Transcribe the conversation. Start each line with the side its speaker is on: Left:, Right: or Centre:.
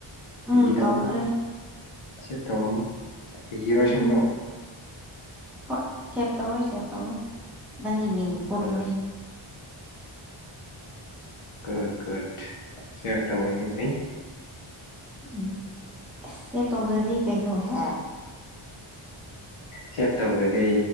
Left: ꯐꯥꯒꯤ
Centre: ꯎꯝ
Left: ꯇꯧꯕ
Centre: ꯇꯧꯈ꯭ꯔꯦ
Left: ꯃꯥꯜ ꯁꯦꯚ ꯇꯧꯔꯝꯃꯣꯏ
Centre: ꯔꯍꯤꯡ
Left: ꯑꯁꯦꯡꯕ꯭ꯔꯣ
Centre: ꯍꯣꯏ ꯁꯦꯚ ꯇꯧꯔꯦ ꯁꯦꯚ ꯇꯧꯔꯦ ꯅꯪꯒꯤ ꯃꯤꯡ ꯄꯨꯜꯅꯤ
Left: ꯍꯣꯏ ꯨꯒꯨꯗ ꯒꯨꯗ ꯁꯦꯚ ꯇꯧ ꯇꯧꯕꯩꯗꯤ ꯐꯩ
Centre: ꯎꯝ ꯑꯁ ꯁꯦꯚ ꯇꯧꯗ꯭ꯔꯗꯤ ꯀꯩꯅꯣꯍꯦ
Left: ꯁꯦꯚ ꯇꯧꯗ꯭ꯔꯗꯤ